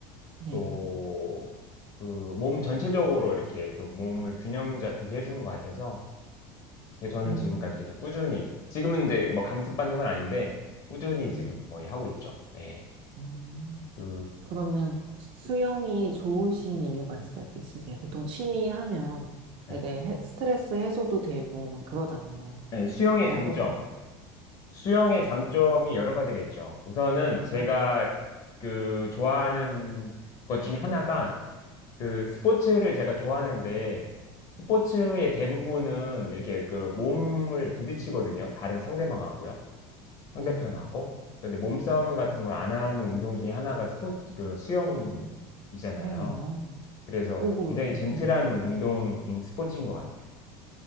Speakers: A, on the right (about 45°); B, on the left (about 45°).
A: 네,
B: 또 그 몸 전체적으로 이렇게 좀 몸을 균형 잡히게 해주는 것 같아서 그래서 저는
A: 음,
B: 지금까지 그냥 꾸준히 지금은 이제 뭐 강습 받는 건 아닌데 꾸준히
A: 음,
B: 지금 거의 하고 있죠. 네.
A: 음.
B: 그
A: 그러면 수영이 좋으신 이유가 있, 있으세요? 보통 취미 하면
B: 네.
A: 되게 해- 스트레스 해소도 되고 막 그러잖아요.
B: 네, 수영의
A: 어떠세요?
B: 장점 수영의 장점이 여러 가지가 있죠. 우선은 제가
A: 네,
B: 그 좋아하는 것 중에 하나가 그 스포츠를 제가 좋아하는데 스포츠의 대부분은 이렇게 그 몸을 부딪히거든요. 다른 상대방하고요. 상대편하고.
A: 네.
B: 근데 몸싸움 같은 걸 안 하는 운동 중에 하나가 스포츠, 그 수영이잖아요.
A: 음, 그러네요.
B: 그래서
A: 오고,
B: 굉장히 젠틀한
A: 네.
B: 운동인 스포츠인 것 같아요.